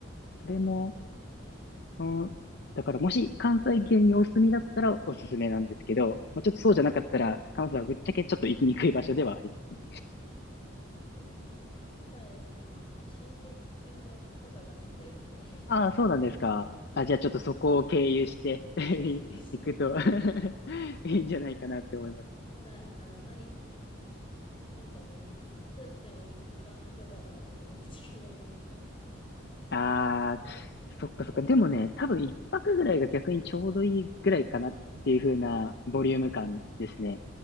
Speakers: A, on the left; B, on the left.
A: そうなんですね。
B: それも、うん、だからもし関西圏にお住みだったらおすすめなんですけど、まあ、ちょっとそうじゃなかったら関西はぶっちゃけちょっと行きにくい場所ではありますね。
A: そうですね。関西、あの、親戚かとかが住んでるんで、
B: ああ、そうなんですか。
A: <laughs> はい。
B: あ、じゃあちょっとそこを経由して <laughs>
A: 経由していて、
B: 行くと <laughs> いいんじゃないかなって思います。
A: ただ、あの、あまり、なんかね、行くとしても一泊とかなんで、あまり時間がないんですよ。
B: ああ、そっかそっか。でもね、多分一泊ぐらいが逆にちょうどいいぐらいかなっていう風なボリューム感ですね。
A: いいかもしれない。